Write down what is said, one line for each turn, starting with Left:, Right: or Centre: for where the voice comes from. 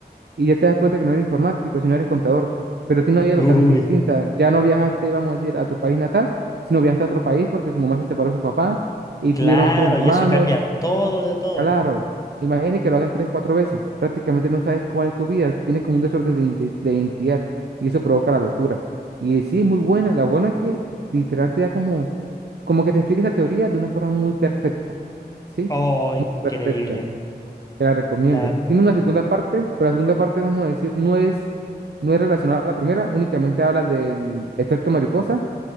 Right: y ya te das cuenta que no eres informático, sino eres contador, pero tienes una vida
Left: Uy,
Right: totalmente distinta. Ya no viajaste, vamos a decir, a tu país natal, sino viajaste a otro país porque su mamá se separó de su papá y
Left: claro,
Right: tuvieron otros hermanos
Left: y eso cambia todo de todo.
Right: Claro, imagine que lo hagas tres, cuatro veces. Prácticamente no sabes cuál es tu vida. Tienes como un desorden de, inte- de identidad y eso provoca la locura. Y sí, es muy buena. La buena es que literal te da como, como que te explica esa teoría de una forma muy perfecta. ¿Sí?
Left: Oh, increíble,
Right: Muy perfecta. Te la recomiendo.
Left: claro.
Right: Tiene una segunda parte, pero la segunda parte, vamos a decir, no es, no es relacionada a la primera. Únicamente habla del efecto mariposa